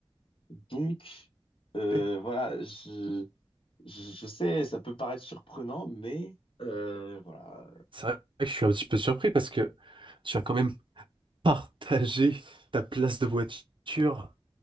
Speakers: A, on the left; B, on the right.
A: Donc, euh,
B: Eh,
A: voilà, je, je, je sais, ça peut paraître surprenant, mais euh, voilà.
B: C'est vrai que je suis un petit peu surpris parce que tu as quand même partagé ta place de voiture